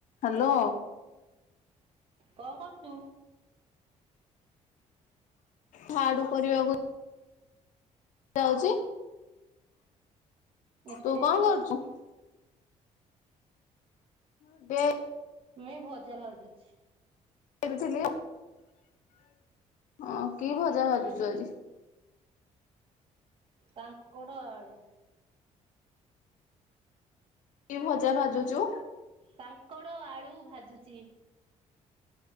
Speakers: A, on the left (about 70°); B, on the right (about 45°).
A: ହାଲୋ।
B: କଣ କରୁଚୁ?
A: ଝାଡୁ କରିବାକୁ ଯାଉଚି
B: ଏତେ
A: ତୁ
B: ଡେରି
A: କଣ କରୁଚୁ? <unintelligible>
B: ମୁଁଇ ଭଜା ଭାଜୁଛି।
A: <unintelligible> ହଁ କି ଭଜା ଭଜା ଭାଜୁଚୁ ଆଜି?
B: କାଙ୍କଡ଼ ଆଳୁ।
A: କି ଭଜା ଭାଜୁଚୁ?
B: କାଙ୍କଡ଼ ଆଳୁ ଭାଜୁଚି।